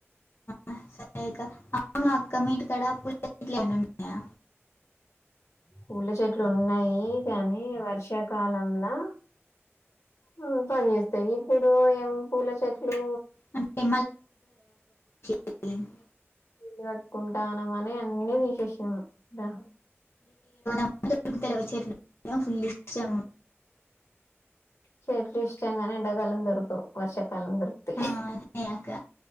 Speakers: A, on the left; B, on the left.
A: ఆ, సరే అక్క అవును అక్క మీ ఇంటికాడా పూల చెట్లు ఏమన్నా ఉన్నాయ
B: పూల చెట్లు ఉన్నాయి కానీ వర్షాకాలంలా హ్ పని జేస్తాయి ఇప్పుడు ఏం పూలచెట్లు
A: అంటే <unintelligible>
B: ఇల్లు కట్టుకుంటానమని అన్ని తిసేష్నం రా
A: అంతకు <inaudible> చెట్లు ఫుల్ ఇష్టం
B: చెట్లు ఇష్టంగాని ఎండాకాలం దొర్కవు వర్షాకాలం దొరుక్తయి.
A: ఆ, అదే అక్క